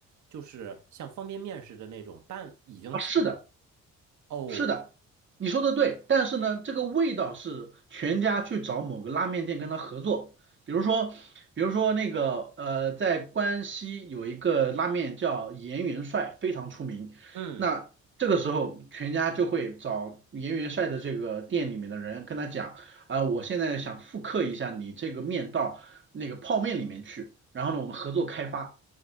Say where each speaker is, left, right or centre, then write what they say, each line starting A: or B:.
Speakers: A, on the right (about 70°); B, on the right (about 40°).
A: 就是像方便面似的那种半已经算是
B: 啊，是的。
A: 哦，
B: 是的，你说的对，但是呢，这个味道是全家去找某个拉面店跟他合作，比如说，比如说那个呃，在关西有一个拉面叫盐元帅，非常出名。
A: 嗯
B: 那这个时候，全家就会找盐元帅的这个店里面的人跟他讲，啊、我现在想复刻一下你这个面到那个泡面里面去，然后呢，我们合作开发。